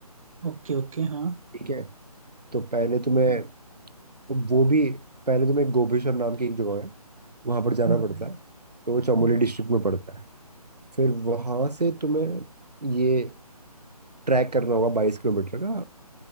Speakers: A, on the right; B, on the right.
A: ओके ओके हाँ
B: ठीक है तो पहले तुम्हें
A: हम्म,
B: वो भी पहले तुम्हें गोपेश्वर नाम की एक जगह है वहां पर जाना
A: हम्म,
B: पड़ता है तो वो चमोली
A: हम्म,
B: डिस्ट्रिक्ट में पड़ता है फिर वहां
A: हम्म।
B: से तुम्हें ये ट्रैक करना होगा बाईस किलोमीटर का